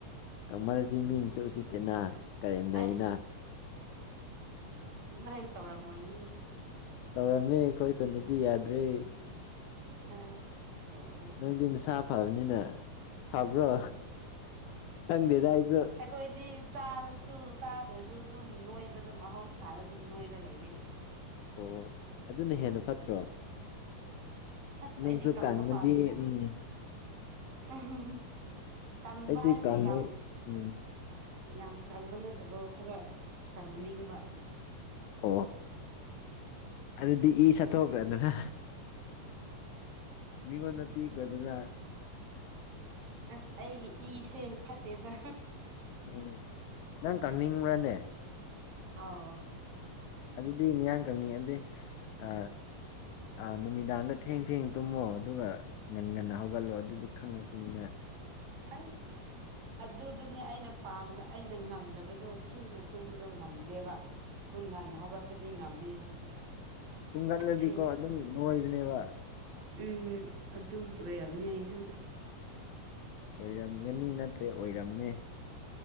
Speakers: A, on the left (about 80°); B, on the right (about 55°).
A: ꯀꯪꯃꯜꯂꯗꯤ
B: ꯎꯝ
A: ꯃꯤꯅꯁꯨ ꯎꯁꯤꯠꯇꯦꯅ ꯀꯔꯦꯝꯅꯩꯅ
B: ꯑꯁ ꯑꯗꯨꯃꯥꯏꯅ ꯇꯧꯔꯝ꯭ꯔꯣꯏꯌꯦ
A: ꯇꯧꯔꯝꯃꯦ ꯑꯈꯣꯏ ꯈꯨꯟꯗꯗꯤ ꯌꯥꯗ꯭ꯔꯦ
B: ꯑꯁ ꯂꯣꯏꯔꯦ
A: ꯅꯪꯗꯤ ꯅꯁꯥ ꯐꯕꯅꯤꯅ ꯐꯕ꯭ꯔꯣ ꯈꯪꯗꯦꯗ ꯑꯩꯁꯨ
B: ꯑꯩꯈꯣꯏꯗꯤ ꯆꯥꯔꯁꯨ ꯆꯥꯗ꯭ꯔꯁꯨ ꯑꯗꯨꯝ ꯅꯣꯏꯕꯗ ꯃꯍꯧꯁꯥꯗ ꯑꯗꯨꯝ ꯅꯣꯏꯔ ꯂꯩꯔꯦ
A: ꯑꯣ ꯑꯗꯨꯅ ꯍꯦꯟꯅ ꯐꯠꯇ꯭ꯔꯣ
B: ꯑꯁ
A: ꯅꯪꯁꯨ
B: ꯑꯩꯗꯤ ꯀꯪꯕ
A: ꯀꯪꯉꯗꯤ
B: ꯄꯥꯝꯃꯤꯅ
A: ꯎꯝ
B: ꯑꯍꯨꯡ ꯍꯨ ꯀꯪꯕ
A: ꯑꯩꯗꯤ
B: ꯍꯥꯏꯕꯗꯤ
A: ꯀꯪꯉꯣꯏ
B: ꯌꯥꯝ
A: ꯎꯝ
B: ꯌꯥꯝ ꯀꯪꯕ ꯅꯠꯇꯕ ꯈꯔ ꯀꯪꯅꯤꯡꯕ
A: ꯑꯣ ꯑꯗꯨꯗꯤ ꯏ ꯆꯠꯊꯣꯛꯈ꯭ꯔꯗꯅ ꯃꯤꯉꯣꯟꯗ ꯄꯤꯈ꯭ꯔ ꯑꯗꯨꯅ
B: ꯑꯁ ꯑꯩꯒꯤ ꯏꯁꯦ ꯐꯠꯇꯦꯗ
A: ꯎꯝ ꯅꯪ ꯀꯪꯅꯤꯡꯕ꯭ꯔꯅꯦ
B: ꯑꯧ
A: ꯑꯗꯨꯗꯤ ꯃꯤꯌꯥꯡ ꯀꯛꯅꯤꯡꯉꯥꯗꯤ ꯑ ꯑꯥ ꯅꯨꯃꯤꯗꯥꯡꯗ ꯊꯦꯡ ꯊꯦꯡ ꯇꯨꯝꯃꯣ ꯑꯗꯨꯒ ꯉꯟ ꯉꯟꯅ ꯍꯧꯒꯠꯂꯣ ꯑꯗꯨꯗꯤ ꯈꯪꯉꯛꯄꯅꯤꯅ
B: ꯑꯁ ꯑꯗꯨꯗꯨꯅꯦ ꯑꯩꯅ ꯄꯥꯝ ꯑꯩꯅ ꯉꯝꯗꯕꯗꯣ ꯊꯦꯡꯅ ꯇꯨꯝꯕꯗꯣ ꯉꯝꯗꯦꯕ ꯑꯗꯨꯝ ꯉꯟꯅ ꯍꯧꯒꯠꯄꯗꯤ ꯉꯝꯃꯦ
A: ꯇꯨꯡꯒꯠꯂꯗꯤꯀꯣ
B: ꯊꯦꯡ
A: ꯑꯗꯨꯝ ꯅꯣꯏꯕꯅꯦꯕ
B: ꯎꯝ ꯑꯗꯨꯒꯤ ꯑꯣꯏꯔꯝꯅꯤ ꯑꯩꯁꯨ
A: ꯑꯣꯏꯔꯝꯒꯅꯤ ꯅꯠꯇ꯭ꯔꯦ ꯑꯣꯏꯔꯝꯃꯦ